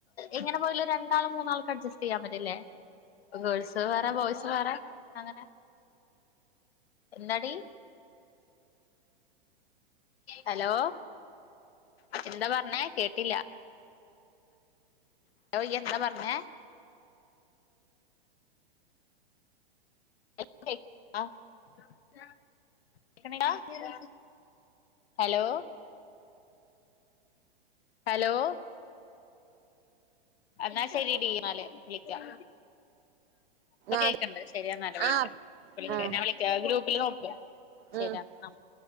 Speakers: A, on the left (about 75°); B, on the right (about 70°).
A: എങ്ങനെ പോയ ഒരു രണ്ടാൾ മൂന്നാൾ അഡ്സ്റ്റ് ചെയ്യാൻ പറ്റില്ലേ ഗേൾസ് വേറെ ബോയ്സ് വേറെ അങ്ങനെ എന്താടി ഹലോ എന്താ പറഞ്ഞേ കേട്ടില്ല യ്യ് എന്താ പറഞ്ഞേ <unintelligible> <unintelligible> ഹലോ ഹലോ എന്നാ ശരിഡീ ന്നാ വിളിക്കാം പ്പ
B: ആഹ്
A: കേൾക്ണ്ട് ശരിയെന്നല്ല വിളിക്ക
B: ആഹ്
A: വിള
B: ആഹ്
A: ഞാൻ വിളിക്കാ ഗ്രൂപ്പില് നോക്
B: ഉം
A: ആഹ